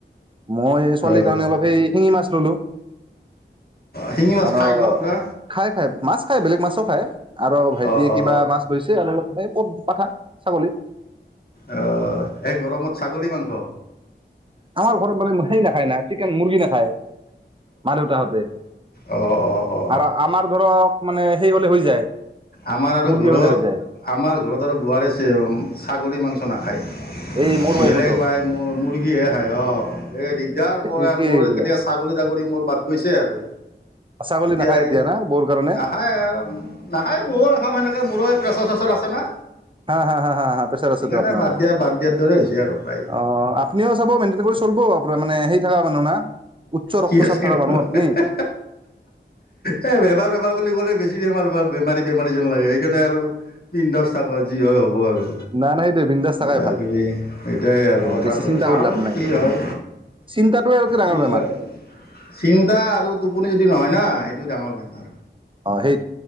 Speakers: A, on the right; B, on the left.
A: মই এ ছোৱালী
B: অ
A: কাৰণে অলপ হেই শিঙি মাছ ললো।
B: শিঙি মাছ
A: আৰু
B: খাই ন পুৰা
A: খাই খাই, মাছ খাই, বেলেগ মাছো খাই আৰু ভাইটিয়ে
B: অ অ
A: কিবা মাছ লৈছে আৰু অলপ টাইপ। ক'ত পাঠা, ছাগলী।
B: অ' এই গৰমত ছাগলী মাংস?
A: আমাৰ ঘৰত মানে হেই নাখায় না চিকেন মুৰ্গী নাখায় মা দেউতাহঁতে
B: অ অ অ
A: আৰু আমাৰ ধৰক মানে হেই হ'লে হৈ যায়।
B: আমাৰ আৰু
A: মুৰ্গী
B: ঘৰত,
A: হলে হৈ যায়
B: আমাৰ ঘৰত আৰু বোৱাৰী ছেৱম-ছাগলী মাংচ নাখায়।
A: এই মোৰ ৱাইফতো
B: বেলেগ ভাই মূৰ-মুৰ্গীহে খাই অ' এই দিগদাৰ মোৰ
A: একেই
B: আ-মোৰ
A: এইগিলা
B: কেতিয়া ছাগলী তাগৰি মোৰ বাট গৈছে আৰু।
A: ছাগলী
B: এতিয়া
A: নাখায়
B: এই
A: না বৌৰ কাৰণে
B: নাখায়ে আ নাখাই ময়ো নখাওঁ হেনেকে, মোৰো প্ৰেছাৰ-চেছাৰ আছে না।
A: হা হা হা হা প্ৰেছাৰ আছেটো
B: সেইকাৰণে
A: আপোনাৰো,
B: বাদ দিয়া বাদ দিয়াৰ দৰে হৈছে আৰু প্ৰায়
A: অ আপুনিও চাব মেইনটেইন কৰি চলব মানে সেই থকা মানুহ না উচ্চ ৰক্তচাপ
B: কি আছে
A: থকা
B: এ,
A: মানুহ
B: হা হা
A: আপুনি
B: হা হা হা এ বেমাৰ বুলি ক'লে বেছি বেমাৰ বাৰ বেমাৰী বেমাৰী যেন লাগে সেইকাৰণে আৰু বিন্দাছ থাকো যি হয় হ'ব আৰু
A: না না সেইটোৱে বিন্দাছ
B: কিবা
A: থাকাই ভাল
B: কিবি এটাই আৰু কথাটো
A: বেছি চিন্তা
B: চাওঁ
A: কৰি লাভ নাই
B: কি হয়,
A: চিন্তাটোৱে আৰুতকৈ ডাঙৰ
B: কি
A: বেমাৰ
B: হয় চিন্তা আৰু টোপনি যদি নহয় না সেইটো ডাঙৰ বেমাৰ।
A: অ' সেই